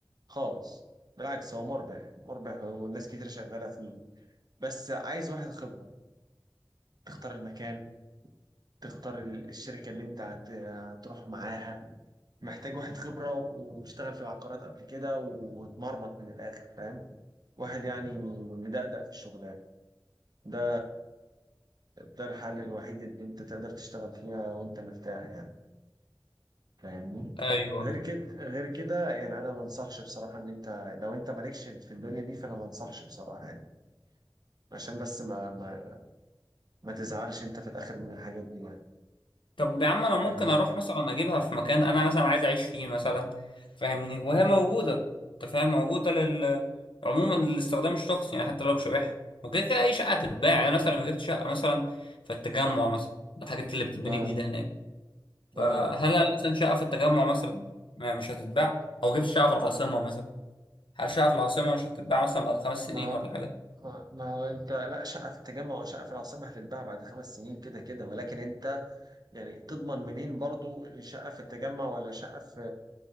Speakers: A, on the right (about 55°); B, on the left (about 80°).
A: خالص بالعكس هو مربح مربح والناس كتير شغالة فيه بس عايز واحد خبرة تختار المكان تختار ال- الشركة اللي انت هت- هتروح معاها محتاج واحد خبرة واشتغل في العقارات قبل كده واتمرمط من الآخر فاهم واحد يعني مدقدق في الشغلانة ده ده الحل الوحيد اللي انت تقدر تشتغل فيها وانت مرتاح يعني فاهمني
B: ايوه
A: غير
B: أيوة.
A: كده غير كده يعني انا ما انصحش بصراحة ان انت لو انت مالكش في الدنيا دي فانا ما انصحش بصراحة يعني عشان بس ما ما ما تزعلش انت في الاخر من الحاجات دي يعني
B: طب يا عم انا ممكن
A: فاهم؟
B: اروح مثلا اجيبها في مكان انا مثلا عايز اعيش فيه مثلا فاهمني وهي موجوده انت فاهم موجوده لل عموما للاستخدام الشخصي يعني حتى لو مش هبيعها وكده كده اي شقه هتتباع يعني أنا مثلا لو جبت شقه مثلا في التجمع مثلا الحاجات اللي بتتبني
A: اه
B: جديده هناك فهل
A: اه
B: أنا مثلا شقه في التجمع مثلا ما مش هتتباع او جبت شقه في العاصمه مثلا هل شقه في العاصمه مش هتتباع مثلا بعد خمس سنين
A: ما
B: ولا حاجه
A: ما ما هو انت لا شقه في التجمع وشقه في العاصمه هتتباع بعد خمس سنين كده كده ولكن انت يعني تضمن منين برضو ان شقه في التجمع ولا شقه في